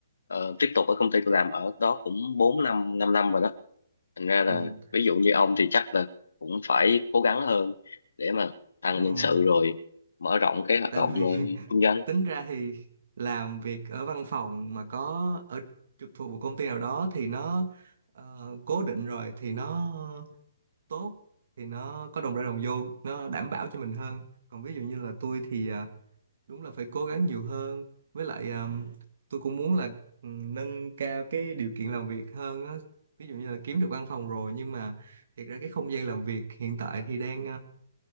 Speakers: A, on the left; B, on the right.
A: ờ, tiếp tục ở công ty tôi làm ở đó cũng 4 năm 5 năm rồi đó thành ra là
B: ừ
A: ví dụ như ông thì chắc là cũng phải cố gắng hơn để mà tăng
B: đúng
A: nhân
B: rồi
A: sự rồi mở rộng cái hoạt
B: tại
A: động
B: vì
A: ờ, kinh doanh
B: tính ra thì làm việc ở văn phòng mà có ở trực thuộc một công ty nào đó thì nó ờ, cố định rồi thì nó tốt thì nó có đồng ra đồng vô nó đảm bảo cho mình hơn còn ví dụ như là tôi thì ờ, đúng là phải cố gắng nhiều hơn với lại ờ, tôi cũng muốn là ừ, nâng cao cái điều kiện làm việc hơn á ví dụ như là kiếm được văn phòng rồi nhưng mà thiệt ra cái không gian làm việc hiện tại thì đang